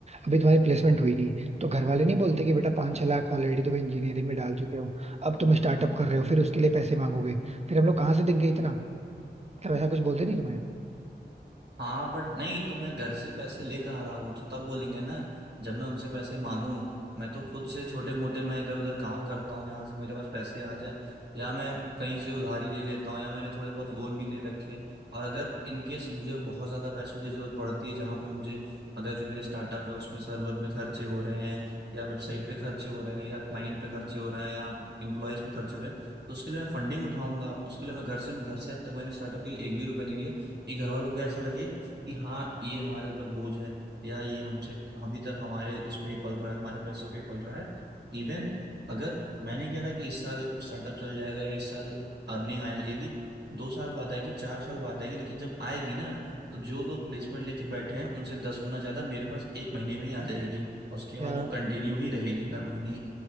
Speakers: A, on the right; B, on the right.
A: अभी तुम्हारी प्लेसमेंट हुई नहीं तो घर वाले नहीं बोलते कि बेटा पाँच छह लाख ऑलरेडी तुम इंजीनियरिंग में डाल चुके हो अब तुम स्टार्टअप कर रहे हो फिर उसके लिए पैसे मांगोगे फिर हम लोग कहाँ से देंगे इतना मतलब ऐसा कुछ बोलते नहीं तुम्हें
B: हाँ बट नहीं तो मैं घर से पैसे लेकर आ रहा हूँ वो तो तब बोलेंगे ना जब मैं उनसे पैसे मांगू मैं तो खुद से छोटे मोटे मैं इधर उधर काम करता हूँ जहाँ से मेरे पास पैसे आ जाए या मैं कहीं से उधारी ले लेता हूँ या मैंने थोड़े बहुत लोन भी ले रखे हैं और अगर इन केस मुझे बहुत ज्यादा पैसों की जरूरत पड़ती है जहाँ पे मुझे अगर जो मेरे स्टार्टअप है उसमें सर्वर में खर्चे हो रहे हैं या वेबसाइट पे खर्चे हो रहे हैं या क्लाइंट पे खर्चे हो रहे हैं या एम्प्लॉयज पे खर्चे हो रहे हैं तो उसके लिए मैं फंडिंग उठाऊंगा उसके लिए मैं घर से घर से अब तक मैंने स्टार्टअप के लिए एक भी रुपया नहीं लिया ये घर वालों को ऐसा लगे कि हाँ ये हमारे ऊपर बोझ है या ये हमसे अभी तक हमारे उस पर ही पल रहा है हमारे पैसों पे ही पल रहा है इवन अगर मैं नहीं कह रहा कि इस साल स्टार्टअप चल जाएगा या इस साल अर्निंग आने लगेगी दो साल बाद आएगी चार साल बाद आएगी लेकिन जब आएगी ना तो जो लोग प्लेसमेंट लेके बैठे हैं उनसे दस गुना ज्यादा मेरे पास एक महीने में ही आ जाएगी और उसके बाद
A: यार
B: वो कंटिन्यू ही रहेगी हर महीने